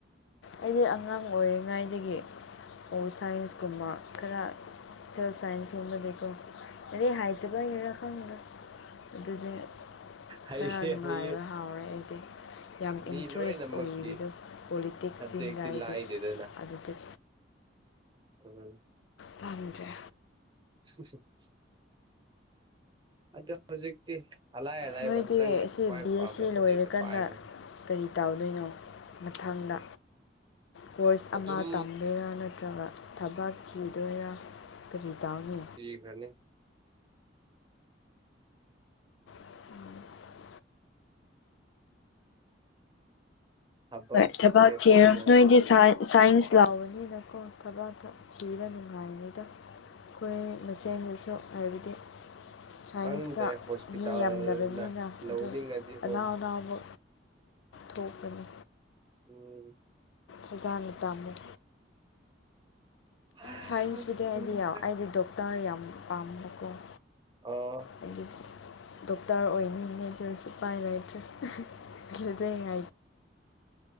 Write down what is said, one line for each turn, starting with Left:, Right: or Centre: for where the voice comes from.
Left: ꯑꯩꯗꯤ ꯑꯉꯥꯡ ꯑꯣꯏꯔꯤꯉꯩꯗꯒꯤ ꯑꯣ ꯁꯥꯏꯟꯁꯀꯨꯝꯕ ꯈꯔ ꯁꯥꯏꯟꯁ ꯃꯕꯗꯣ ꯑ ꯍꯥꯏꯇꯕꯥꯔ ꯈꯪꯗꯔꯦ ꯑꯗꯨꯗꯤ
Right: ꯍꯩꯌꯦ
Left: ꯈꯔ ꯅꯨꯡꯉꯥꯏꯕ
Right: ꯍꯩꯌꯦ
Left: ꯍꯥꯎꯔꯦ ꯑꯩꯗꯤ ꯌꯥꯝ
Right: ꯃꯤ
Left: ꯏꯟꯇꯔꯦꯁ
Right: ꯂꯣꯏꯅꯃꯛꯀꯤ
Left: ꯑꯣꯏꯕꯗꯣ ꯄꯣꯂꯤꯇꯤꯛꯁ
Right: ꯁꯕꯖꯦꯛꯇꯤ
Left: ꯏꯗꯏꯗ
Right: ꯂꯥꯏꯗꯦꯗꯅ
Left: ꯑꯗꯨꯗꯤ
Right: ꯎꯝ
Left: ꯀꯥꯔꯨꯗ꯭ꯔꯦ
Right: <unintelligible> ꯑꯗ ꯍꯧꯖꯤꯛꯇꯤ ꯑꯂꯥꯏ ꯑꯂꯥꯏꯕ
Left: ꯅꯣꯏꯗꯤ
Right: ꯅꯪꯅ
Left: ꯁꯤ
Right: ꯈ꯭ꯋꯥꯏ
Left: ꯕꯤ
Right: ꯄꯥꯝꯕ
Left: ꯑꯦꯁ ꯁꯤ
Right: ꯁꯕꯖꯦꯛꯇꯨ
Left: ꯂꯣꯏꯔꯀꯥꯟꯗ
Right: ꯄꯥꯏꯈ꯭ꯔꯕ
Left: ꯀꯔꯤ ꯇꯧꯗꯣꯏꯅꯣ ꯃꯊꯪꯗ ꯀꯣꯔꯁ
Right: ꯑꯗꯨꯝ
Left: ꯑꯃ ꯇꯝꯗꯣꯏꯔꯥ ꯅꯠꯇ꯭ꯔꯒ ꯊꯕꯛ ꯊꯤꯗꯣꯏꯔꯥ ꯀꯔꯤꯇꯥꯅꯤ
Right: ꯊꯤꯈꯔꯅꯤ
Left: <unintelligible>
Right: ꯊꯕꯛꯁꯦ
Left: ꯍꯣꯏ ꯊꯕꯛ ꯊꯤꯔꯣ
Right: ꯐꯪꯉꯗꯤ
Left: ꯅꯣꯏꯗꯤ ꯁꯥꯏ ꯁꯥꯏꯟꯁ ꯂꯥꯎꯕꯅꯤꯅꯀꯣ ꯊꯕꯥꯛꯇ ꯊꯤꯕ ꯅꯨꯡꯉꯥꯏꯅꯤꯗ ꯑꯩꯈꯣꯏ ꯆꯦꯡꯗꯁꯨ ꯍꯥꯏꯕꯗꯤ ꯁꯥꯏꯟꯁꯇ
Right: ꯈꯪꯗ꯭ꯔꯦ ꯍꯣꯁꯄꯤꯇꯥꯜꯅ
Left: ꯃꯤ ꯌꯥꯝꯗꯕꯅꯤꯅ
Right: ꯂꯧꯅꯤꯡꯉꯗꯤ
Left: ꯑꯗꯨꯝ ꯑꯅꯥꯎ
Right: ꯍꯣꯏ
Left: ꯑꯅꯥꯎꯕ ꯊꯣꯛꯄꯅꯤ
Right: ꯎꯝ
Left: ꯐꯖꯥꯟꯨ ꯇꯥꯃꯠ
Right: ꯈꯪꯗ꯭ꯔꯦ
Left: ꯁꯥꯏꯟꯁꯄꯨꯗꯤ ꯑꯩꯗꯤ ꯌꯥꯎ ꯑꯩꯗꯤ ꯗꯣꯛꯇꯔ ꯌꯥꯝ ꯄꯥꯝꯕꯀꯣ
Right: ꯑ
Left: ꯍꯥꯏꯗꯤ ꯗꯣꯛꯇꯔ ꯑꯣꯏꯅꯤꯡꯉꯗꯔꯁꯨꯄꯥꯏ ꯂꯩꯇ꯭ꯔꯦ ꯗ꯭ꯔꯥꯏꯇꯔ